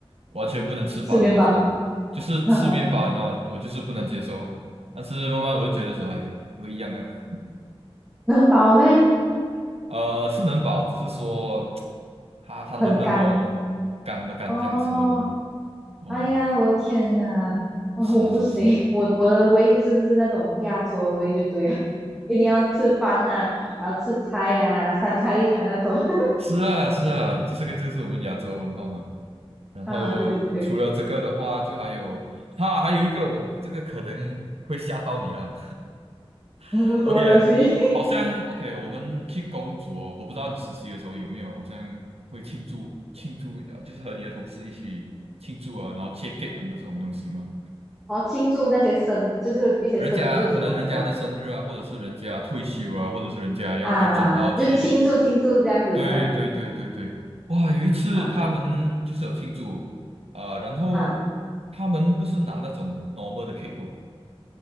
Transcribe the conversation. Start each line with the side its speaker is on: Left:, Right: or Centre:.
Right: 完全不能吃饭的那种，
Centre: 吃面包，
Right: 就是吃面包，
Centre: <laughs> 嗯，
Right: 你知道吗？我就是不能接受。但是慢慢我就觉得说，哎，都一样啊。
Centre: 能饱咩？
Right: 呃，是能饱，只是说它它冷冷哦，
Centre: 很干
Right: 干的干这样子哦。
Centre: 哦，
Right: 哦，
Centre: 哎呀，我天呐，哦，
Right: 是是是，
Centre: 我不行，我我的胃就是那种亚洲的胃就对了，<laughs> 一定要吃饭呐、然后吃菜呀、三菜一汤那种 <laughs>
Right: 是啊，是啊，这是个，这是我们亚洲文化嘛。然后除了这个的话，
Centre: 啊，对对对，
Right: 就还有哈，还有一个我这个可能会吓到你了。
Centre: <laughs>
Right: <laughs> OK，
Centre: 什么东西？
Right: 好像
Centre: <laughs>
Right: OK，我们去工作，我不知道你实习的时候有没有，好像会庆祝庆祝，呃就是和你的同事一起庆祝啊，然后切 cake 啊这种东西嘛。
Centre: 哦，庆祝那些生，就是一些生日什么是吗？
Right: 人家可能人家的生日啊，或者是人家退休啊，或者是人家要被转到去
Centre: 啊，就庆祝庆祝这样子是吗？
Right: 对对对对对，哇！有一次他们就是有庆祝啊、
Centre: 哈
Right: 然后他们不是拿那种
Centre: 哈，
Right: normal 的 cake 哦，